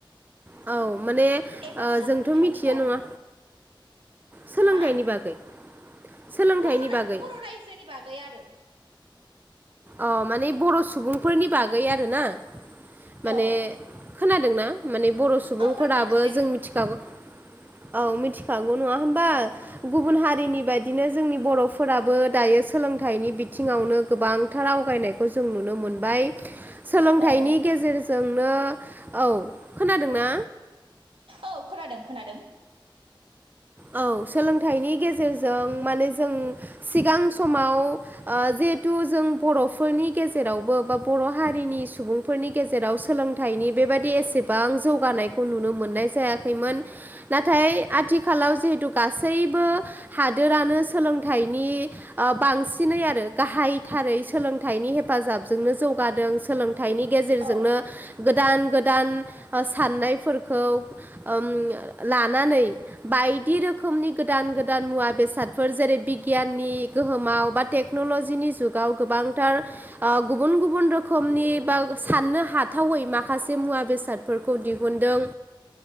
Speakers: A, on the right; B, on the right.
A: औ माने
B: एबा
A: ओ
B: सोलोंथाइनि
A: जोंथ' मिथियो
B: बागैबो।
A: नङा सोलोंथाइनि
B: हा?
A: बागै सोलोंथाइनि
B: बर' रा
A: बागै
B: बर' रायजोनि बागै आरो।
A: अ माने बर' सुबुंफोरनि बागै आरोना? माने
B: औ
A: खोनादोंना? माने बर' सुबुंफोराबो
B: औ खोनादों दे
A: जों
B: बुं
A: मिथि हागौ औ मिथिखागौ नङा होमबा? गुबुन हारिनि बाय दिनो जोंनि बर'फोराबो दायो सोलोंथाइनि बिथिङावनो गोबां <unintelligible> आवगायनायखौ जों नुनो मोनबाय सोलोंथनि
B: औ
A: गेजेर जोंनो, औ खोनादोंना?
B: औ खोनादों खोनादों।
A: औ सोलोंथाइनि गेजेरजों माने जों सिगां समाव ओ जिहेथु जों बर'फोरनि गेजेरावबो बा बर' हारिनि सुबुं फोरनि गेजेराव सोलोंथाइनि बेबायदि एसेबां जौगानायखौ नुनो मोननाय जायाखैमोन नाथाय आथिखालाव जिहेथु गासैबो हादोरानो सोलोंथाइनि ओ बांसिनै आरो गाहायथारै सोलोंथाइनि हेफाजाबजोंनो जौगादों सोलों थाइनि गेजेरजोंनो
B: औ
A: गोदान गोदान साननायफोरखौ ओम लानानै बायदि रोखोमनि गोदान गोदान मुवा बेसादफोर जेरै बिगियाननि गोहोमाव बा टेक्न'लजिनि जुगाव गोबांथार ओ गुबुन गुबुन रोखोमनि बा साननो हाथावै माखासे मुवा बेसाद फोर दिहुनदों